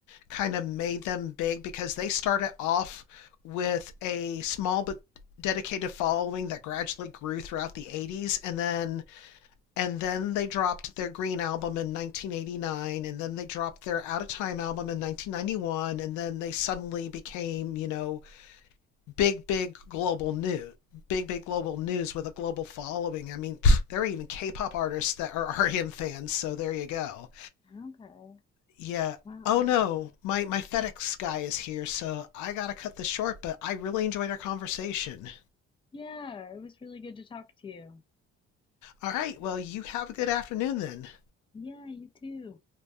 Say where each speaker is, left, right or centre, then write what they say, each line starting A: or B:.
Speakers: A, on the left; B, on the left.
A: kind of made them big because they started off with a small but dedicated following that gradually grew throughout the 80s and then and then they dropped their Green album in 1989 and then they dropped their Out of Time album in 1991 and then they suddenly became, you know, big, big global news, big, big global news with a global following. I mean, pff, there are even K-pop artists that are <laughs> RM fans, so there you go.
B: okay.
A: Yeah.
B: Wow.
A: Oh no, my my FedEx guy is here, so I gotta cut this short. But I really enjoyed our conversation.
B: Yeah, it was really good to talk to you.
A: All right. Well, you have a good afternoon then.
B: Yeah, you too.